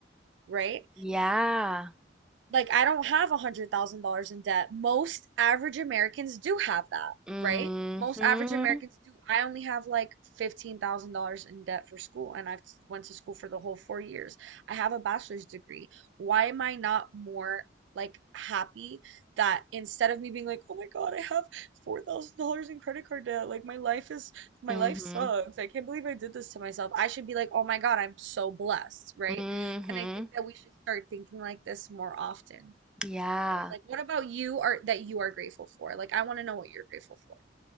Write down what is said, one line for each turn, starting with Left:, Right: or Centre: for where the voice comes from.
Right: right?
Centre: Yeah.
Right: Like, I don't have a hundred thousand dollars in debt. Most average Americans do have that,
Centre: Mhm.
Right: right? Most average Americans do. I only have like fifteen thousand dollars in debt for school, and I've went to school for the whole four years. I have a bachelor's degree. Why am I not more like happy that instead of me being like, oh my God, I have four thousand dollars in credit card debt, like my life is my
Centre: Mhm.
Right: life sucks. I can't believe I did this to myself. I should be like, oh my God, I'm so blessed, right?
Centre: Mhm.
Right: And I think that we should start thinking like this more often,
Centre: Yeah.
Right: right? Like, what about you are that you are grateful for? Like, I want to know what you're grateful for.